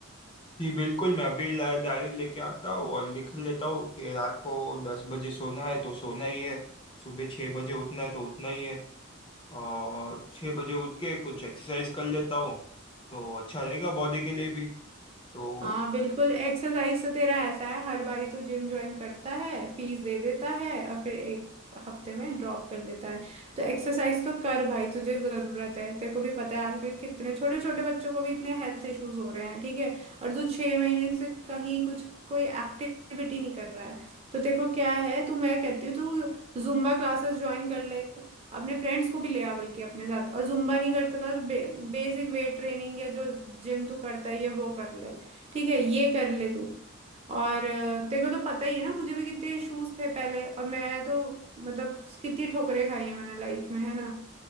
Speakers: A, on the left; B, on the right.
A: जी बिल्कुल मैं अभी ला- डायरी लेके आता हूँ और लिख लेता हूँ कि रात को दस बजे सोना है तो सोना ही है सुबह छः बजे उठना है तो उठना ही है और छः बजे उठ के कुछ एक्सरसाइज कर लेता हूँ तो अच्छा रहेगा बॉडी के लिए भी तो
B: हाँ बिल्कुल एक्सरसाइज तो तेरा ऐसा है हर बारी तू जिम ज्वाइन करता है फीस दे देता है और फिर एक हफ्ते में ड्रॉप कर लेता है तो एक्सरसाइज तो कर भाई तुझे जरूरत है तेरे को भी पता है आजकल कितने छोटे छोटे बच्चों को भी इतने हेल्थ इश्यूज हो रहे हैं ठीक है और तू छह महीने से कहीं कुछ कोई एक्टिविटी नहीं कर रहा है तो तेरे को क्या है तू मैं कहती हूँ तू जुम्बा क्लासेस ज्वाइन कर ले अपने फ्रेंड्स को भी ले आ बल्कि अपने साथ और जुम्बा नहीं करता तो बे, बेसिक वेट ट्रेनिंग या जो जिम तू करता है ये वो कर ले ठीक है ये कर ले तू और अ, तेरे को तो पता ही है ना मुझे भी कितने इश्यूज थे पहले और मैं तो मतलब कितनी ठोकरें खाई है मैंने लाइफ में है ना